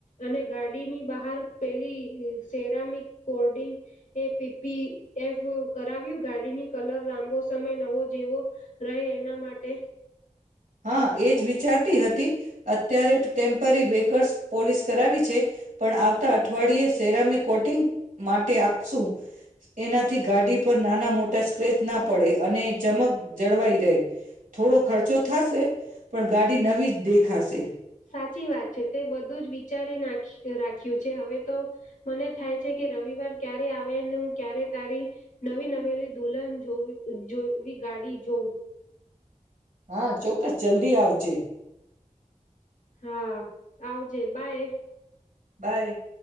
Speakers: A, on the left (about 70°); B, on the right (about 85°).
A: અને ગાડીની બહાર પેલી સેરામિક કોડિંગ એ પી પી એફ કરાવ્યું ગાડીની કલર લાંબો સમય નવો જેવો રહે ના માટે.
B: હા એજ વિચારતી હતી અત્યારે ટેમ્પરી વેકર્સ પોલીસ કરાવી છે પણ આવતા અઠવાડિયે સેરામીક કોટિંગ માટે આપશું. એનાથી ગાડી પર નાના મો સ્ક્રેચ ના પડે અને ચમક જળવાઈ રહે થોડો ખર્ચો પણ ગાડી નવી દેખાશે.
A: સાચી તે બધું જ વિચારી નાખ રાખ્યું છે હવે તો મને થાય છે કે રવિવાર ક્યારે આવે અને હું ક્યારે તારી નવી નવેલી દુલ્હન જો જોવી ગાડી જોઉં.
B: હા ચોક્કસ જલ્દી આવજે. <inaudible>
A: હા આવજે બાય.
B: બાય.